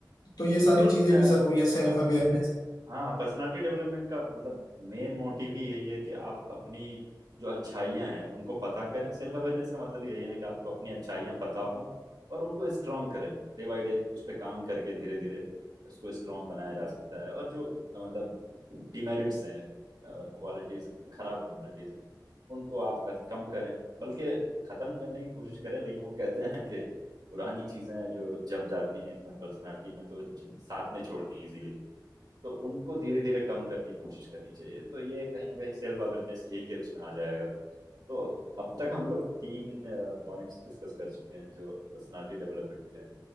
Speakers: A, on the left (about 65°); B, on the right (about 65°).
A: तो ये
B: बिल्कुल,
A: सारी चीजें
B: अ, कहते
A: भी जरूरी है
B: हैं
A: सेल्फ
B: ना
A: अवेयरनेस
B: हाँ पर्सनालिटी डेवलपमेंट का मतलब मेन मोटिव ही यही है कि आप अपनी जो अच्छाइयाँ हैं उनको पता करें सेल्फ अवेयरनेस का मतलब ही यही है ना कि आपको अपनी अच्छाइयाँ पता हों और उनको स्ट्रांग करें डे बाय डे उस पर काम करके धीरे धीरे इसको स्ट्रांग बनाया जा सकता है और जो मतलब डिमेरिट्स हैं क्वालिटीज खराब क्वालिटीज हैं उनको आप कत- कम करें बल्कि खत्म करने की कोशिश करें लेकिन वो कहते हैं ना कि पुरानी चीजें जो जम जाती हैं एक बार पर्सनालिटी में तो वो साथ नहीं छोड़ती इजीली तो उनको धीरे धीरे कम करने की कोशिश करनी चाहिए तो ये कहीं ना कहीं सेल्फ अवेयरनेस ही के उसमें आ जाएगा तो अब तक हम लोग तीन पॉइंट्स डिस्कस कर चुके हैं जो पर्सनालिटी डेवलपमेंट के हैं